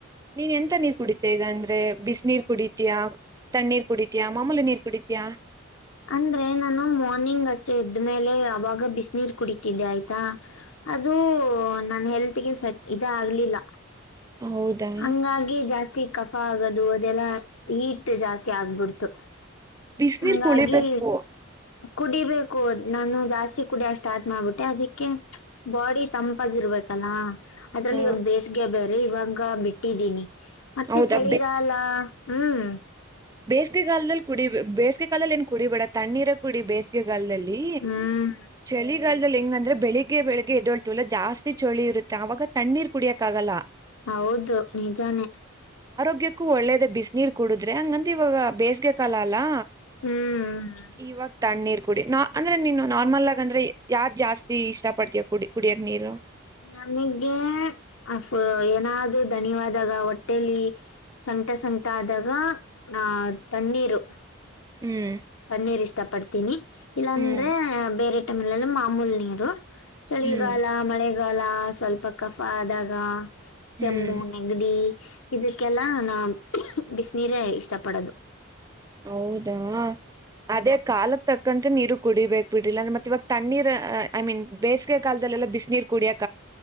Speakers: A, on the right (about 15°); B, on the left (about 70°).
A: ನೀನ್ ಎಂತ ನಿರ್ ಕುಡಿತ ಈಗ ಅಂದ್ರೆ ಬಿಸ ನೀರ್ ಕುಡಿತಿಯ ತಣ್ಣೀರ್ ಕುಡಿತಿಯಾ ಮಾಮೂಲಿ ನೀರ್ ಕುಡಿತೀ
B: ಅಂದ್ರೆ ನಾನು ಮಾರ್ನಿಂಗ್ ಅಷ್ಟೇ ಎದ್ದ್ಮೇಲೆ ಅವಾಗ ಬಿಸಿ ನೀರ್ ಕುಡಿತಿದ್ದೆ ಆಯ್ತಾ ಅದು ನ ನೈಟ್ ಗೆ ಸೆಟ್ ಇದ ಆಗ್ಲಿಲ್ಲ
A: ಹೌದಾ
B: ಹಂಗಾಗಿ ಜಾಸ್ತಿ ಕಫ ಆಗದು ಅದೆಲ್ಲಾ ಹೀಟ್ ಜಾಸ್ತಿ ಆಗ್ಬಿಡ್ತು
A: ಬಿಸ ನೀರ್
B: ಹಂಗಾಗಿ
A: ಕುಳಿಬೇಕು
B: ಕುಡಿಬೇಕು ನಾನು ಜಾಸ್ತಿ ಕುಡಿಯ ಸ್ಟಾರ್ಟ್ ಮಾಡ್ಬಿಟ್ಟೆ ಅದಕ್ಕೆ ಬಾಡಿ ತಂಪಾಗಿರಬೇಕು ಲ್ಲಾ ಅದ್ರಲ್ಲಿ
A: ಹ
B: ಇ ಬೇಸಗೆ ಬೇ ರ ಬ <unintelligible> ಕ ಬಿಟ್ಟಿದ್ದೀನಿ ಮತ್ತೆ
A: ಹೌದಾ
B: ಚಳಿಗಾಲ ಹ್ಮಞ
A: ಬೇಸಿಗೆ ಕಾಲದಲ್ಲಿ ಕುಡಿ ಬೇಸಿಗೆ ಕಾಲ್ಲಿ ಏನ್ ಕುಡಿಬೇಡ ತಣ್ಣೀರ ಕುಡಿ ಬೇಸಿಗೆ ಹೊಲದಲ್ಲಿ
B: ಹ್ಮ್
A: ಚಳಿ ಈಳಗಾಲದಲ್ಲಿ ಹೆಂಗಂದ್ರೆ ಬೆಳಿಗ್ಗೆ ಬೆಳಗ್ಗೆದ್ದೋಳ್ತೀವಲ್ಲ ಜಾಸ್ತಿ ಚಳಿ ಇರುತ್ತೆ ಆವಾಗ ತಣ್ಣೀರ್ ಕುಡಿಯಕ್ಕಾಗಲ್ಲ
B: ಹೌದು ನಿಜಾನೇ
A: ಆರೋಗ್ಯಕೂ ಒಳ್ಳೇದೆ ಬಿಸಿ ನೀರು ಕುಡುದ್ರೆ ಇವಾಗ ಬೇಸ್ಗೆ ಕಾಲ ಅಲ್ಲಾ
B: ಹ್ಮ್
A: ಇವತ್ತು ತಣ್ಣೀರ್ ಕುಡಿ ನ ಅಂದ್ರೆ ನೀನು ನಾರ್ಮಲ್ ಆಗ ಅಂದ್ರೆ ಯಾವ್ದ್ ಜಾಸ್ತಿ ಇಷ್ಟ ಪಡ್ತೀವ ಕುಡಿ ಕುಡಿಯಕ್ ನೀರು
B: ನಮಗೆ ಅ ಏನಾದರು ಧನ್ಯವಾದಾಗ ಹೊಟ್ಟೇಲಿ ಸಂಕಟ ಸಂಕಟ ಆದಾಗ ಹ ತಣ್ಣೀರು
A: ಹ್ಮ್
B: ಪನ್ನೀರ್ ಇಷ್ಟ ಪಡ್ತೀನಿ ಇಲ್ಲಾಂದ್ರೆ
A: ಹ್ಮ್
B: ಬೇರೆ ಮೇಲೆಲ್ಲಿ ಮಾಮೂಲ್ ನೀರು ಚಳಿಗಾಲ
A: ಹ್ಮ್
B: ಮಳೆ ಆಗಲ್ಲ ಸ್ವಲ್ಪ ಕಫ ಆದಾಗ
A: ಹ್ಮ್
B: ಜಮ್ಮು ನಗರಿ ಇದಕ್ಕೆಲ್ಲ ನ ಬಿಸಿನೀರ ಇಷ್ಟ ಪಡದು.
A: ಹೌದಾ. ಅದೇ ಕಾಲಕ್ಕೆ ತಕ್ಕಂತ ನೀ. ಕುಡಿಬೇಕೇಕ್ ಬಿಟ್ಟಿಲ್ಲ ಮತ್ತ ಇವಾಗ ತಣ್ಣೀರ್ ಐ ಮೀನ್. ಬೇಸಿಗೆ ಕಾಲದಲ್ಲಿಲ್ಲ ಬಿಸಿನ ನೀರು ಕುಡಿಯಕ್ಕೆ.